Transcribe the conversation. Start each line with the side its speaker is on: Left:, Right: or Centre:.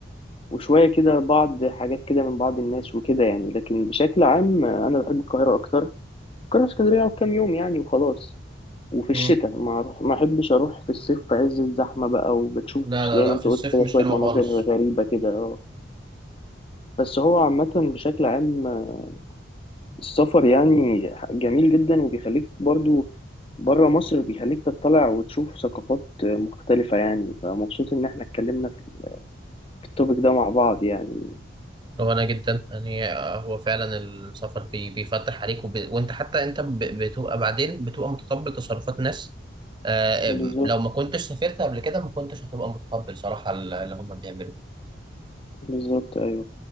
Left: وشوية كده بعض حاجات كده من بعض الناس وكده يعني لكن بشكل عام آه، أنا بحب القاهرة أكتر القاهرة اسكندرية أقعد كام يوم يعني وخلاص وفي الشتاء
Right: مم.
Left: ما أروح- ما أحبش أروح في الصيف في عز الزحمة بقى وبتشوف
Right: لا لا
Left: زي
Right: لا
Left: ما أنت
Right: في الصيف
Left: قلت كده
Right: مش
Left: شوية
Right: حلوة
Left: مناظر
Right: خالص
Left: غريبة كده آه. بس هو عامة بشكل عام آه، السفر يعني جميل جدا وبيخليك برضو بره مصر بيخليك تطلع وتشوف ثقافات آه، مختلفة يعني فمبسوط إن احنا اتكلمنا في ال- في التوبيك ده مع بعض يعني
Right: هو انا جدا يعني آه، هو فعلا السفر بي بيفتح عليك وب... وانت حتى انت ب... بتبقى بعدين بتبقى متقبل تصرفات ناس آه،
Left: بالظبط
Right: لو ما كنتش سافرت قبل كده ما كنتش هتبقى متقبل صراحة اللي هم بيعملوا
Left: بالظبط أيوه